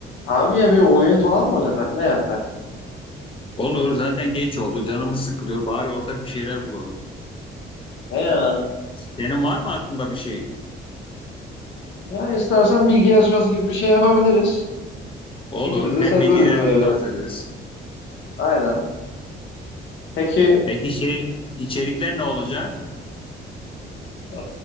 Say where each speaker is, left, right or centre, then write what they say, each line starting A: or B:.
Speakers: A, on the left; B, on the left.
A: Abi ya bir oyun falan mı oynasak? Ne yapsak?
B: Olur zaten geç oldu canımız sıkılıyor bari ortak bir şeyler bulalım.
A: He ya.
B: Senin var mı aklında bir şey?
A: Ya istersen bilgi yarışması gibi bir şey yapabiliriz.
B: Olur
A: İkimiz de
B: hem
A: seviyoruz
B: bilgilerimizi
A: öyle bir.
B: tazeleriz.
A: Aynen. Peki
B: Peki şey içerikler ne olacak?
A: e,